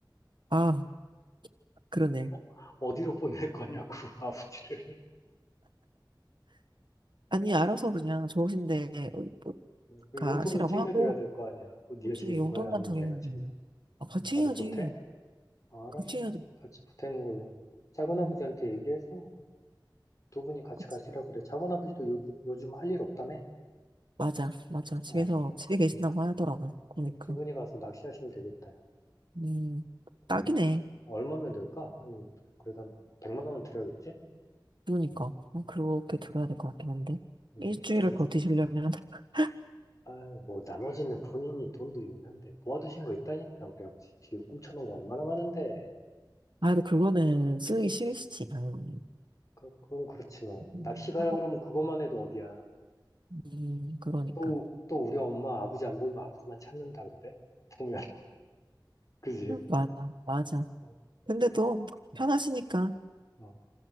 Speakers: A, on the right; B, on the left.
A: 아, 그러네.
B: 어, 어디로 보낼 거냐고, <laughs> 아버지를.
A: 아니, 알아서 그냥 좋으신데, 뭐, 뭐
B: 그
A: 가시라고
B: 용돈은 챙겨드려야
A: 하고,
B: 될 거 아니야. 그거 네가
A: 굳이
B: 챙길
A: 용돈만
B: 거야? 아니면
A: 드리면
B: 내가 챙겨?
A: 돼요. 아, 같이
B: 나도
A: 해야지.
B: 보태? 아, 알았어.
A: 같이 해야지.
B: 같이 보태는 걸로. 작은아버지한테
A: 음,
B: 얘기해서 두 분이 같이
A: 같이.
B: 가시라 그래. 작은아버지도 요, 요즘 할 일 없다며?
A: 맞아, 맞아. 집에서,
B: 어,
A: 집에 계신다고 하더라고요.
B: 어.
A: 그러니까.
B: 두 분이 가서 낚시하시면 되겠다.
A: 음,
B: 어,
A: 딱이네.
B: 얼마면 될까? 한, 그래도 한 100만 원은 드려야겠지?
A: 그러니까. 음, 그렇게
B: 어,
A: 들어야 될 것 같긴 한데.
B: 음,
A: 일주일을
B: 100만
A: 버티시려면,
B: 원.
A: <laughs>
B: 아유, 뭐, 나머지는 본인이 돈도 있는데, 모아두신 거 있다니까, 우리 아버지. 뒤로 꿈쳐놓은 거 얼마나 많은데.
A: 아, 근데 그거는 쓰기 싫으시지, 당연히.
B: 그, 그건 그렇지만,
A: 음,
B: 낚시 가라
A: 하고,
B: 그러면 그것만 해도 어디야.
A: 음, 그러니까.
B: 또, 또 우리 엄마, 아버지 안 보이면 아버지만 찾는다, 근데? <laughs> 보면, 그지?
A: 맞아, 맞아.
B: 어,
A: 근데 또, 편하시니까
B: 어.